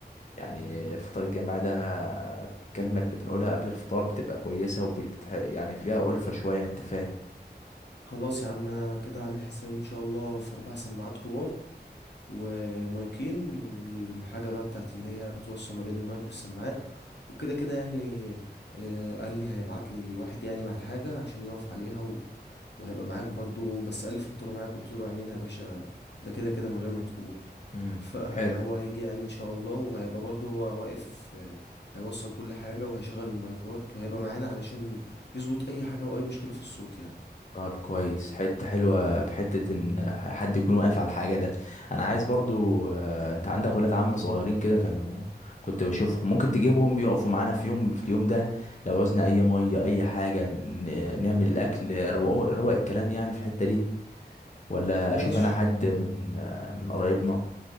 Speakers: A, on the left; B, on the left.
A: يعني الفطار الجماعي ده الكلمة اللي بنقولها قبل الفطار بتبقى كويسة وبتح... يعني فيها ألفة شوية أنت فاهم
B: خلاص يا عم انا كده عامل حسابي ان شاء الله في اربع سماعات كبار ومايكين والحاجة بقى بتاعت اللي هي بتوصل ما بين المايك والسماعات وكده كده يعني آه، قال لي هيبعت لي واحد يعني مع الحاجة عشان يقف عليها و... وهيبقى معاك برضو بس قال لي فطروا معاك قلت له عينينا يا باشا ده كده كده من غير ما تقول
A: امم
B: فهو
A: حلو
B: هيجي يعني ان شاء الله وهيبقى برضو هو واقف آه، هيوصل كل حاجة وهيشغل المايكات وهيبقى معانا علشان يظبط اي حاجة واي مشكلة في الصوت يعني
A: طب كويس حتة حلوة بحتة إن حد يكون واقف على الحاجة ده أنا عايز برضو آه، أنت عندك ولاد عم صغيرين كده كانوا كنت بشوفهم ممكن تجيبهم يقفوا معانا في يوم في اليوم ده لو عوزنا أي مية أي حاجة ن- نعمل الأكل روق روق الكلام يعني في الحتة دي ولا
B: ماشي
A: أشوف أنا حد من آه، من قرايبنا